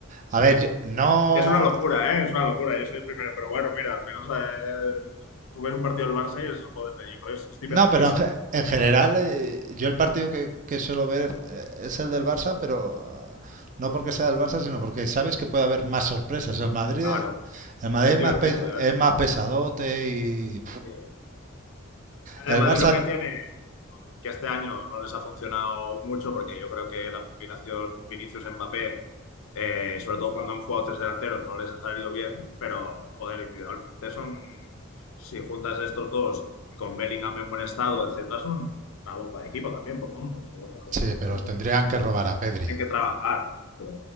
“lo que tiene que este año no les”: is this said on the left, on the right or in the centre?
Left